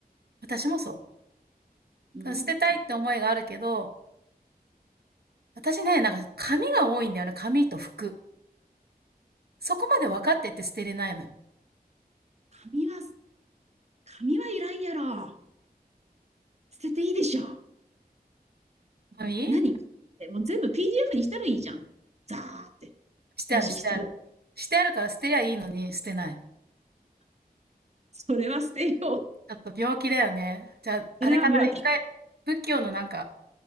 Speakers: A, on the right; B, on the right.
A: 私もそ
B: うん。
A: う。捨てたいって思いがあるけど、私ね、なんか紙が多いんだよね。紙と服。そこまで分かってて捨てれないのよ。
B: 紙は、紙はいらんやろ。捨てていいでしょ。
A: 紙
B: 何ってもう全部 PDF にしたらいいじゃん。ザーって。
A: してあるしてある。
B: もし必要、
A: してあるから捨てりゃいいのに、捨てない。
B: それは捨てよう。
A: ちょっと病気だよね。じゃあ、
B: <laughs>
A: あれかな、
B: それは病気。
A: 一回、仏教のなんか、